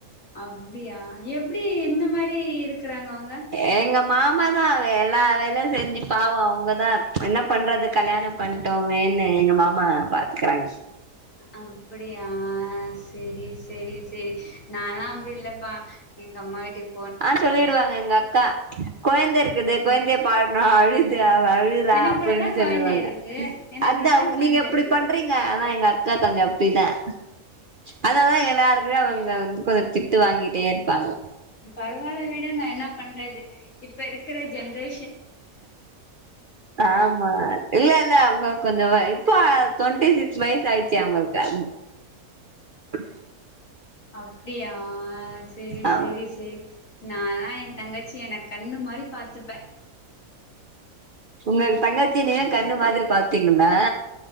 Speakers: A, on the left (about 60°); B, on the right (about 40°).
A: அப்பிடியா எப்பிடி இந்த மாரி இருக்கறாங்க அவுங்
B: ஏங் எங்க மாமாதா எல்லா வேல செஞ்சி பாவோ அவுங்கதா என்ன பண்றது கல்யாணம் பண்ணிட்டோமேன்னு எங்க மாமா பாத்துக்கறாங்
A: அப்பிடியா சேரி சேரி சேரி நலா அப்பிடி இல்லப்பா எங்க அம்மா வீட்டுக்
B: ஆ சொல்லிடுவாங்க எங்க அக்கா கொழந்த இருக்குது கொழந்தைய
A: ம்
B: பாக்கனும் அழு வ அவ அழுர
A: எனக்கு
B: அப்டின்னு
A: கூட தான் கொழந்த
B: சொல்லிருவாங்க
A: இருக்கு எனக்கு
B: அதான்
A: கூட
B: அவுங்க
A: தான் கொழந்த
B: நீங்க எப்படி
A: இருக்கு
B: பண்றீங்க ஆனா எங்க அக் அக்கா கொஞ்சம் அப்டிதான் அதனாலதா எல்லாருக்குமே
A: அப்டியா
B: அவங்க வந்து கொஞ்சம் திட்டு வாங்கிட்டே இருப்பாங்க
A: பரவாயில் விடுங்க என்ன பண்றது இப்ப இருக்கிற ஜென்ரே
B: ஆமா இல்ல இல்ல அவங்களுக்கு கொஞ்சம் இப்பா தொன்ட்டி சிக்ஸ் வயசு ஆயிடுச்சி அவுங்களுக்கு ம் ஆ
A: அப்டியா செரி
B: ஆ
A: செரி செரி நாலாம் என் தங்கச்சிய நா கண்ணு மாரி பாத் துப்பன்
B: உங்களுக்கு தங்கச்சி இந்திங்கனா கண்ணு மாதிரி பாத்தீங்களா